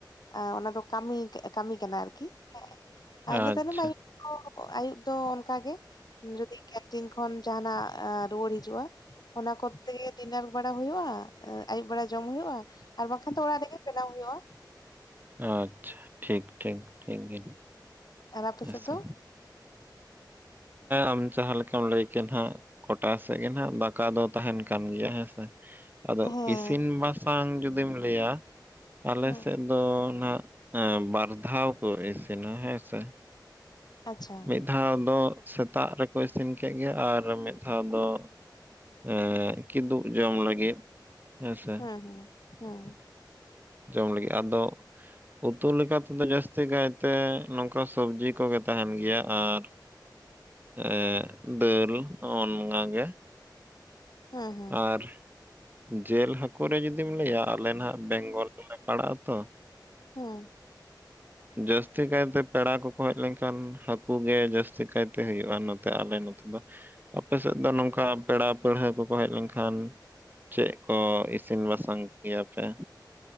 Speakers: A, on the left; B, on the right.
A: ᱥᱮ ᱚᱱᱟ ᱫᱚ ᱠᱟᱹᱢᱤ ᱠᱟᱹᱢᱤ ᱠᱟᱱᱟ ᱟᱨᱠᱤ ᱦᱮᱸ
B: ᱠᱚᱜᱼᱟ᱾
A: ᱟᱨ ᱤᱱᱟᱹ
B: ᱟᱪᱪᱷᱟ
A: ᱛᱟᱭᱚᱢ ᱟᱹᱭᱩᱵ ᱟᱹᱭᱩᱵ ᱫᱚ ᱚᱱᱠᱟᱜ ᱜᱮ ᱡᱩᱫᱤ ᱫᱤᱱ ᱠᱷᱚᱱ ᱡᱟᱦᱟᱸᱱᱟᱜ ᱨᱩᱣᱟᱹᱲ ᱦᱤᱡᱩᱜᱼᱟ ᱚᱱᱟ ᱠᱚᱛᱮ ᱜᱮ ᱰᱤᱱᱟᱨ ᱵᱟᱲᱟ ᱦᱩᱭᱩᱜᱼᱟ ᱟᱹᱭᱩᱵ ᱵᱮᱲᱟ ᱡᱚᱢ ᱦᱩᱭᱩᱜᱼᱟ ᱟᱨ ᱵᱟᱝᱠᱷᱟᱱ ᱫᱚ ᱚᱲᱟᱜ ᱨᱮᱜᱮ ᱵᱮᱱᱟᱣ ᱦᱩᱭᱩᱜᱼᱟ
B: ᱟᱪᱪᱷᱟ ᱴᱷᱤᱠ ᱴᱷᱤᱠ ᱴᱷᱤᱠ ᱜᱮᱭᱟ
A: ᱟᱨ ᱟᱯᱮ
B: ᱦᱮᱸ
A: ᱥᱮᱫ
B: ᱥᱮ
A: ᱫᱚ
B: ᱟᱢ ᱡᱟᱦᱟᱸ ᱞᱮᱠᱟᱢ ᱞᱟᱹᱭ ᱠᱮᱫ ᱦᱟᱸᱜ ᱠᱚᱴᱟ ᱥᱮᱫ ᱜᱮ ᱱᱟᱜ ᱫᱟᱠᱟ ᱫᱚ ᱛᱟᱦᱮᱱ ᱠᱟᱱ ᱜᱮᱭᱟ ᱦᱮᱸ ᱥᱮ ᱟᱫᱚ
A: ᱦᱮᱸ
B: ᱤᱥᱤᱱ ᱵᱟᱥᱟᱝ ᱡᱩᱫᱤᱢ ᱞᱟᱹᱭ ᱟᱞᱮ
A: ᱦᱮᱸ
B: ᱥᱮᱫ ᱫᱚ ᱱᱟᱜ ᱵᱟᱨ ᱫᱷᱟᱣ ᱠᱚ ᱤᱥᱤᱱ-ᱟ ᱦᱮᱸ ᱥᱮ
A: ᱟᱪᱪᱷᱟ
B: ᱢᱤᱫ ᱫᱷᱟᱣ ᱫᱚ ᱥᱮᱛᱟᱜ ᱨᱮᱠᱚ ᱤᱥᱤᱱ ᱠᱮᱫ ᱜᱮ ᱟᱨ ᱢᱤᱫ ᱫᱷᱟᱣ ᱫᱚ ᱮᱫ ᱠᱤᱫᱩᱵ ᱡᱚᱢ ᱞᱟᱹᱜᱤᱫ ᱦᱮᱸᱥᱮ
A: ᱦᱮᱸ ᱦᱮᱸ ᱦᱮᱸ
B: ᱡᱚᱢ ᱞᱟᱹᱜᱤᱫ ᱟᱫᱚ ᱩᱛᱩ ᱞᱮᱠᱟᱛᱮᱫᱚ ᱡᱟᱹᱥᱛᱤ ᱠᱟᱭᱛᱮ ᱱᱚᱝᱠᱟ ᱥᱚᱵᱽᱡᱤ ᱠᱚᱜᱮ ᱛᱟᱦᱮᱱ ᱜᱮᱭᱟ ᱟᱨ ᱮᱫ ᱫᱟᱹᱞ ᱦᱚᱸᱜ ᱱᱚᱣᱟᱜ ᱜᱮ
A: ᱦᱮᱸ ᱦᱮᱸ
B: ᱟᱨ ᱡᱮᱞ ᱦᱟᱹᱠᱩ ᱨᱮ ᱡᱩᱫᱤᱢ ᱞᱟᱹᱭ-ᱟ ᱟᱞᱮ ᱱᱟᱜ ᱵᱮᱝᱜᱚᱞ ᱨᱮᱞᱮ ᱯᱟᱲᱟᱜ ᱟ ᱛᱚ
A: ᱦᱮᱸ
B: ᱡᱟᱹᱥᱛᱤ ᱠᱟᱹᱭ ᱛᱮ ᱯᱮᱲᱟ ᱠᱚᱠᱚ ᱦᱮᱡ ᱞᱮᱱᱠᱷᱟᱱ ᱦᱟᱹᱠᱩ ᱜᱮ ᱡᱟᱹᱥᱛᱤ ᱠᱟᱭᱛᱮ ᱦᱩᱭᱩᱜᱼᱟ ᱱᱚᱛᱮ ᱟᱞᱮ ᱱᱚᱛᱮ ᱫᱚ ᱟᱯᱮ ᱥᱮᱫ ᱫᱚ ᱱᱚᱝᱠᱟ ᱯᱮᱲᱟ ᱯᱟᱹᱲᱦᱟᱶ ᱠᱚᱠᱚ ᱦᱮᱡ ᱞᱮᱱᱠᱷᱟᱱ ᱪᱮᱫ ᱠᱚ ᱤᱥᱤᱱ ᱵᱟᱥᱟᱝ ᱠᱮᱭᱟ ᱯᱮ